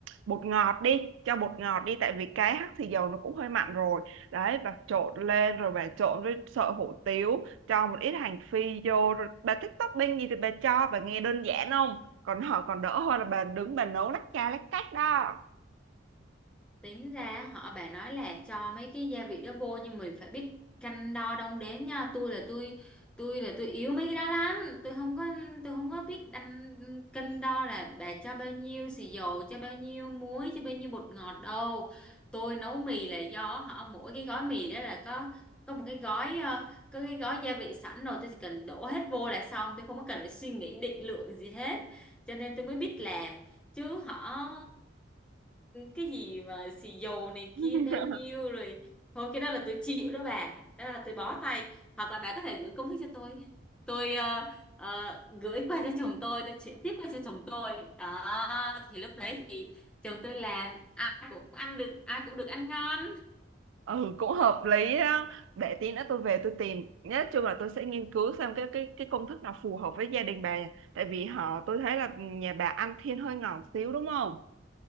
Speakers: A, on the right; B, in the centre.
A: bột ngọt đi Cho bột ngọt đi Tại vì cái hắc xì dầu nó cũng hơi mặn rồi Đấy bà trộn lên rồi bà trộn với sợi hủ tiếu Cho một ít hành phi vô rồi Bà thích topping gì thì bà cho Bà nghe đơn giản không Còn họ còn đỡ hơn là bà đứng bà nấu lách cha lách cách đó
B: Tính ra họ bà nói là cho mấy cái gia vị đó vô nhưng mình phải biết cân đo đong đếm nha. Tôi là tôi tôi là tôi yếu mấy cái đó lắm. Tôi không có tôi không có biết đăng cân đo là bà cho bao nhiêu xì dầu, cho bao nhiêu muối, cho bao nhiêu bột ngọt đâu. Tôi nấu mì là do họ mỗi cái gói mì đó là có có một cái gói ờ, có cái gói gia vị sẵn rồi tôi chỉ cần đổ hết vô là xong tôi không có cần phải suy nghĩ định lượng gì hết cho nên tôi mới biết làm chứ họ cái gì mà xì dầu này
A: <laughs>
B: kia bao nhiêu rồi thôi cái đó là tôi chịu đó bà đó là tôi bó tay hoặc là bà có thể gửi công thức cho tôi tôi ờ, ờ, gửi qua cho chồng tôi tôi chuyển tiếp qua cho chồng tôi đó thì lúc đấy thì chồng tôi làm ai cũng ăn được ai cũng được ăn ngon
A: ừ cũng hợp lý đó để tí nữa tôi về tôi tìm nhất chung là tôi sẽ nghiên cứu xem cái cái cái công thức nào phù hợp với gia đình bà tại vì họ tôi thấy là nhà bà ăn thiên hơi ngọt xíu đúng không